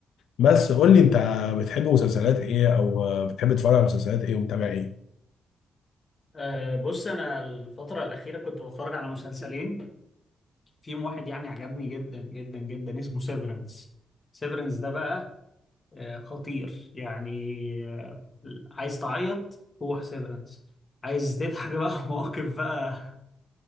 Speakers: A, on the left (about 85°); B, on the left (about 30°).
A: بس قول لي انت بتحب مسلسلات ايه او بتحب تتفرج على مسلسلات ايه ومتابع ايه؟
B: أه بص انا الفتره الاخيره كنت بتفرج على مسلسلين فيهم واحد يعني عجبني جدا جدا جدا اسمه سيفرنس سيفرنس ده بقى أه خطير يعني أه عايز تعيط روح سيفرنس عايز تضحك بقى <laughs> مواقف بقى